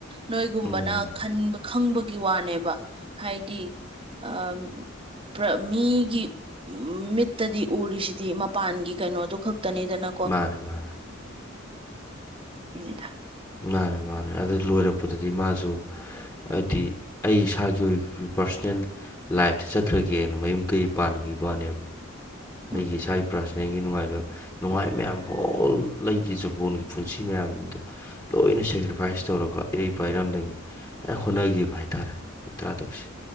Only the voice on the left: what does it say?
ꯎꯝ
ꯃꯥꯅꯦ ꯃꯥꯅꯦ ꯫
ꯃꯥꯅꯦ ꯃꯥꯅꯦ ꯑꯗꯨ ꯂꯣꯏꯔꯛꯄꯗꯗꯤ ꯃꯥꯁꯨ꯫ ꯍꯥꯏꯗꯤ ꯑꯩ ꯏꯁꯥꯒꯤ ꯑꯣꯏꯕ ꯄꯥꯔꯁꯣꯅꯦꯜ꯫ ꯂꯥꯏꯐꯇ ꯆꯠꯈ꯭ꯔꯒꯦꯅ ꯃꯌꯨꯝ ꯀꯩ ꯄꯥꯟꯒꯤꯕꯩ ꯋꯥꯅ‌ꯦꯕ꯫ ꯑꯩꯒꯤ
ꯏꯁꯥꯒꯤ ꯄ꯭ꯔꯥꯁꫭꯅꯦꯜꯒꯤ ꯅꯨꯡꯉꯥꯏꯕ꯫ ꯅꯨꯡꯉꯥꯏ ꯃꯌꯥꯝ ꯍꯣꯜ ꯂꯩꯒꯤ ꯖꯄꯣꯟꯒꯤ ꯄꯨꯟꯁꯤ ꯃꯌꯥꯝꯗ꯫ ꯂꯣꯏꯅ ꯁꯦꯀ꯭ꯔꯤꯐꯥꯏꯁ ꯇꯧꯔꯒ ꯏꯔꯩꯄꯥꯛ ꯏꯔꯝꯗꯝꯒꯤ꯫ ꯅ ꯍꯣꯠꯅꯒꯤꯕ ꯍꯥꯏꯇꯥꯔꯦ ꯃꯤ ꯇꯔꯥ ꯇꯔꯨꯛꯁꯤ꯫